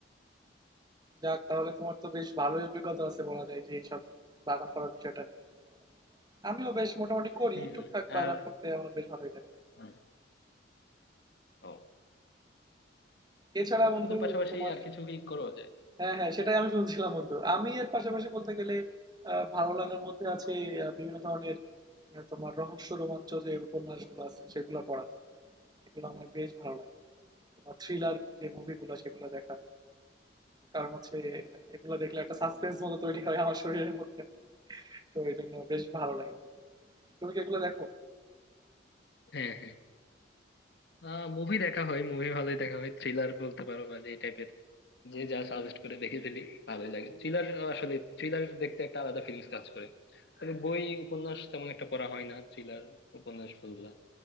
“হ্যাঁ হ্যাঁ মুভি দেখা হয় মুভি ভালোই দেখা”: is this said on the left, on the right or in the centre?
Left